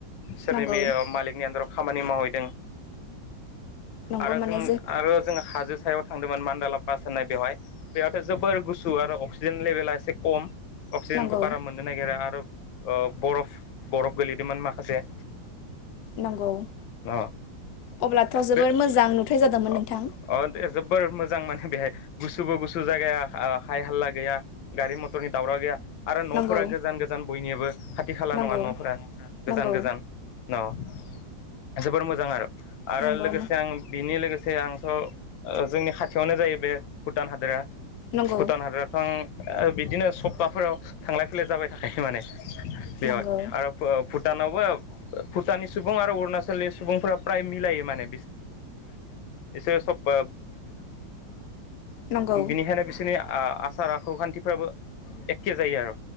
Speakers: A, on the left (about 85°); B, on the left (about 70°).
A: सोरनि
B: नंगौ
A: मेयाव मालिकनि आनदासाव खामानि मावहैदों
B: नंगौ
A: आरो
B: माने
A: जों आरो जों हाजो सायाव थांदोंमोन मा <unintelligible> नाय बेवहाय बेयावथ' जोबोर गुसु आरो अक्सिजेन लेभेला एसे खम अक्सिजेनखौ
B: नंगौ
A: बारा मोननो नागिरा आरो ओ बरफ बरफ गोलैदोंमोन माखासे
B: नंगौ
A: अ
B: अब्लाथ' जोबोर
A: बे
B: मोजां नुथाय जादोंमोन
A: अ
B: नोंथां
A: दे जबोर मोजां माने बेहाय गुसुबो गुसु जायगाया हाय हाल्ला गैया गारि मथरनि दावराव गैया आरो न'फोरा
B: नंगौ
A: गोजान गोजान बयनियाबो खाथि खाला
B: नंगौ
A: नङा न'फोरा गोजान
B: नंगौ
A: गोजान अ जोबोर मोजां आरो आरो
B: नंगौ
A: लोगोसे आं बिनि लोगोसे आंथ' ओ जोंनि खाथियावनो जायो बे भुटान हादोरा
B: नंगौ
A: भुटान हादरावथ' आं बिदिनो सब बाफोराव थांलाय फैलाय जाबाय थाखायो माने बेयावहाय
B: नंगौ
A: आरो भुटानावबो भुटाननि सुबु आरो उरनाचल नि सुबुं फोरा प्राय मिलायो माने एसे सब <unintelligible>
B: नंगौ
A: बिनिखायनो बिसोरनि आसार आखु खान्थिफोराबो एखे जायो आरो